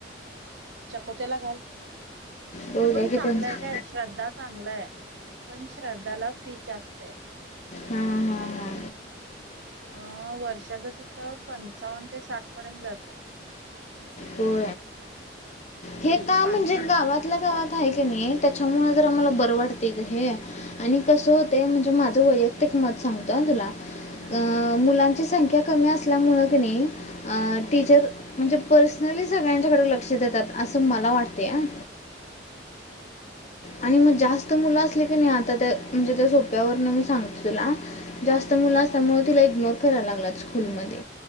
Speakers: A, on the right (about 75°); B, on the left (about 35°).
A: चकोतेला घाल.
B: बघूया
A: हे पण
B: की
A: चांगलंय
B: हां
A: काय श्रद्धा चांगलंय पण श्रद्धाला फी जास्त आहे.
B: हां हां हां
A: अ वर्ष. वर्षाचं तिथं पंचावन्न ते साठ पर्यंत जात. <unintelligible>
B: हो हे
A: फी
B: का म्हणजे
A: आणि
B: गावातल्या गावात हाय. कनी त्याच्यामुळे जरा मला बरं वाटत ग हे आणि कस होतय म्हणजे मा माझं वैयक्तिक मत सांगतो हा तुला.
A: हा
B: मुलान मुलांची संख्या कमी असल्यामुळे कनी अ टीचर म्हणजे. पर्सनली सगळ्यांच्याकडे लक्ष देतात असं मला वाटतय हा. आणि मग जास्त मुलं असली की नाही आता त्या म्हणजे त्या सोप्यावरन मी सांगतो तुला. जास्त
A: हम्म
B: मुला असल्यामुळ तीला इग्नोर. कराय लागल्यात स्कूलमध्ये,